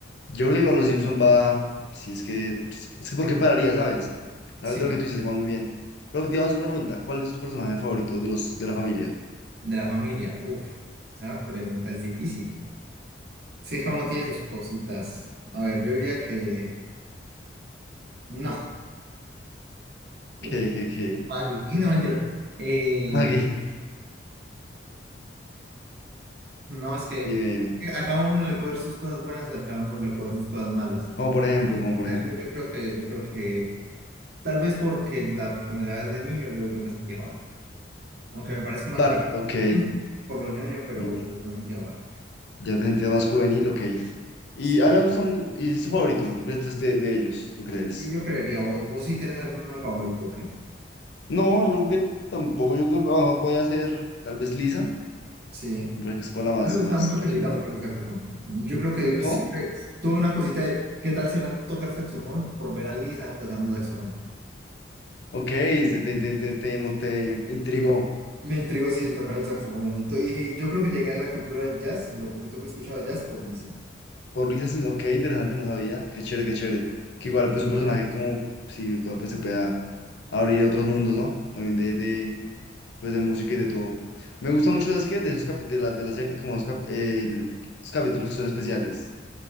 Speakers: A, on the left; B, on the right.
A: Yo creo que igual los Simpson va, si es que, pues, es que por qué pararía, ¿sabes? La
B: Sí,
A: verdad lo que tú dices va muy bien. Pero pues, digamos una pregunta, ¿cuál es tu personaje favorito de los, de la familia?
B: de la familia. Uf, esa pregunta es difícil. Sé que uno tiene sus cositas. A ver, yo diría que no. Uf,
A: ¿Qué, qué, qué?
B: vale. <laughs> No, mentira. Eh,
A: Maggie,
B: No, es que
A: dime, dime.
B: eh, a cada uno le puede ver sus cosas buenas, a cada uno le puede ver sus cosas malas.
A: Como por ejemplo, como por
B: A
A: ejemplo.
B: ver, Yo, yo creo que, yo creo que tal vez porque la comencé a ver de niño, yo, yo me sentía mal. Aunque me parezca más
A: Bart,
B: salir
A: ok,
B: por lo ñoño, pero
A: no,
B: pero me sentía mal.
A: ya te sentías más juvenil, ok. Y
B: Sí.
A: a mí me gusta, y es tu favorito, ¿tú crees que este es de de ellos, tú crees?
B: Y yo creería, vos, vos sí tenés alguno favorito, que
A: No, yo creo que tampoco. Yo creo que a puede hacer tal vez Lisa,
B: sí.
A: porque es como la más,
B: A mí me gustaba
A: más
B: mucho que
A: razonable.
B: el toque el saxofón. Yo creo que
A: ¿Cómo?
B: siempre tuve una cosita de qué tal será tocar saxofón por ver a Lisa tocando saxofón.
A: Ok, se te, te, te, te, mo- te intrigó.
B: Me intrigó, sí, el tocar el saxofón. Y, to- y yo creo que llegué a la cultura del jazz, lo poquito que escuchaba jazz, por Lisa.
A: Por Lisa, sí, ok, interesante, no sabía. Qué chévere, qué chévere.
B: La-
A: Que igual, pues un personaje como, si todo, pues se pueda abrir a otros mundos, ¿no? También de, de, pues, de música y de todo. Me gusta mucho, ¿sabes qué? De esos capi- de la, de la serie, como los, cap- el- los capítulos que son especiales,